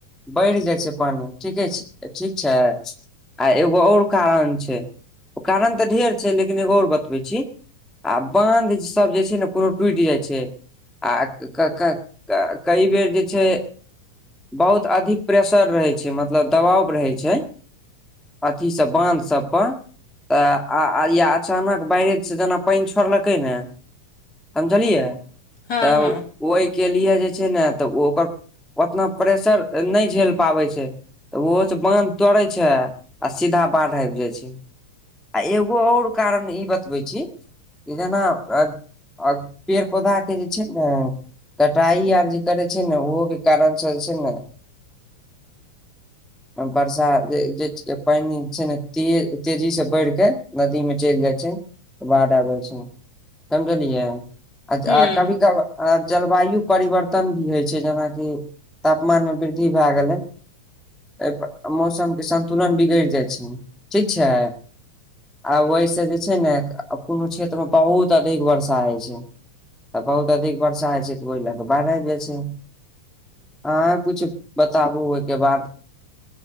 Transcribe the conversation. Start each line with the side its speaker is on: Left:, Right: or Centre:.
Centre: बइढ़ जाइ छै पानि ठीके छै ठीक छै आ एगो आओर कारण छै ओ कारण तऽ ढेर छै लेकिन एगो आओर बतबै छी आ बान्धसब जे छै ने कोनो टुटि जाइ छै आ क क कई बेर जे छै बहुत अधिक प्रेशर रहै छै मतलब दबाव रहै छै अथी से बान्ध सबपर आ या अचानक बइरेज से जेना पानि छोड़लकै ने समझलियै
Left: हँ
Centre: तऽ
Left: हँ
Centre: ओहिके लिए जे छै ने तऽ ओ ओकर ओतना प्रेशर नय झेल पाबै छै तऽ ओहोसँ बाँध तोड़ै छै आ सीधा बाइढ़ आइब जाइ छै आ एगो आओर कारण ई बतबै छी कि जेना आ पेड़ पौधाके जे छै ने कटाइ आर जे करै छै ने ओहोके कारणसँ जे छै ने बरसा जे पानि छै ने ते तेजी से बढ़िक नदी में चइल जाय छै बाढ़ आबे छै समझलियै अ
Left: हूँ
Centre: कभी कभ आ जलवायु परिवर्तन भी होइ छै जेनाकि तापमान में वृद्धि भए गेलै एहिप मौसम के संन्तुलन बिगइड़ जाइ छै ठीक छै आ ओहि से जे छै ने कोनो क्षेत्र में बहुत त अधिक वर्षा होइ छै तऽ बहुत अधिक वर्षा होइ छै तऽ ओहि लए क बाइढ़ आइब जाइ छै आंच कुछ बताबु ओइके बाद